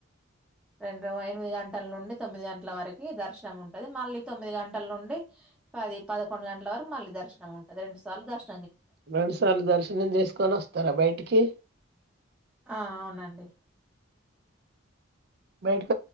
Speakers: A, in the centre; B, on the right (about 50°).
A: రెండు ఎనిమిది గంటల నుండి తొమ్మిది గంటల వరకి దర్శనం ఉంటది మళ్ళీ తొమ్మిది గంటల నుండి పది పదకొండు గంటల వరకు మళ్ళీ దర్శనం ఉంటది రెండు సార్లు దర్శన్
B: రెండు సార్లు దర్శనం చేసుకొని వస్తారా బయటికి
A: ఆ అవునండి
B: బైటిక్